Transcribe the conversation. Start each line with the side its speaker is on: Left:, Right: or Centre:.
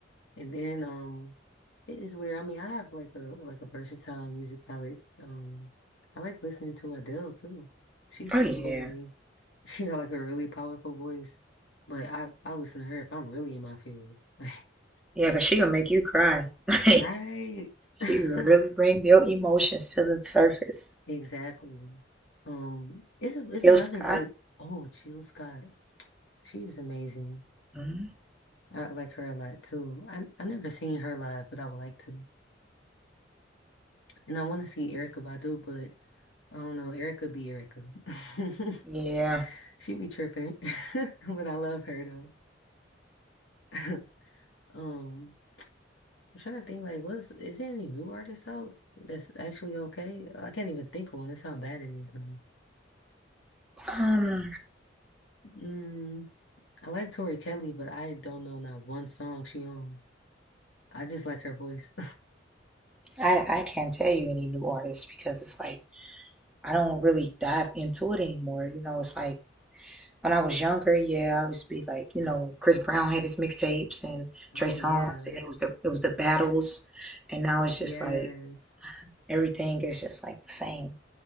Left: And then um it is weird. I mean, I have like a like a versatile music palette. Um I like listening to Adele too. She's
Centre: Oh
Left: pretty
Centre: yeah,
Left: cool to me. <laughs> She got like a really powerful voice, but I I listen to her if I'm really in my feels. <laughs>
Centre: yeah, cause she gonna make you cry. <laughs> like
Left: Like, right? <laughs>
Centre: she really bring their emotions to the surface.
Left: Exactly. Um it's a, it's
Centre: Jill
Left: another
Centre: Scott.
Left: good Oh, Jill Scott. She is amazing.
Centre: hmm
Left: I like her a lot too. I I never seen her live, but I would like to. And I want to see Erica Badu, but I don't know. Erica be Erica. <laughs>
Centre: Yeah.
Left: She be tripping, <laughs> but I love her though. <laughs> Um, I'm trying to think like, what's is there any new artists out that's actually okay? I can't even think of one. That's how bad it is now.
Centre: Um,
Left: Mm, I like Tori Kelly, but I don't know not one song she owns. I just like her voice.
Centre: I I can't tell you any new artists because it's like I don't really dive into it anymore. You know, it's like When I was younger, yeah, I always be like, you know, when Chris Brown had his mixtapes and
Left: <laughs> Oh
Centre: Trey Songz,
Left: yeah,
Centre: and it was the it was the battles, and now it's
Left: yes.
Centre: just like everything is just like the same.